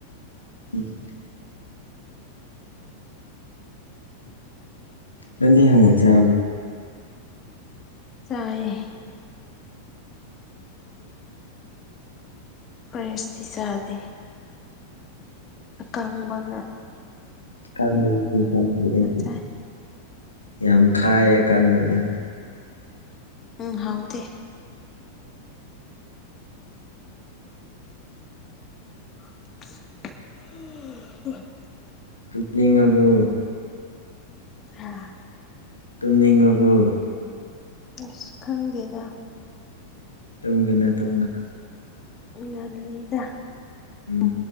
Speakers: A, on the left; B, on the left.
A: ꯎꯝ ꯔꯗꯤꯦ ꯍꯉ ꯆ
B: ꯆꯑꯌꯦ ꯐꯔꯦꯁꯇ ꯁꯥꯗꯦ ꯀꯪꯕꯒ
A: ꯀꯥꯟ ꯀ ꯌꯥꯗ
B: ꯆꯥꯏ
A: ꯌꯥꯝ ꯈꯥꯏꯦ ꯀꯥꯡꯕꯗꯨ
B: ꯎꯝ ꯍꯥꯎꯗꯤ ꯎ
A: ꯆꯨꯅꯤꯡꯉꯕꯨ
B: ꯑ
A: ꯇꯨꯝꯅꯤꯡꯉꯕꯨ
B: ꯑꯁ ꯈꯪꯗꯦꯗ
A: ꯇꯨꯡꯒꯅ ꯇꯨꯡꯒꯅ
B: ꯎ ꯂꯩ ꯏꯗ
A: ꯎꯝ
B: ꯣ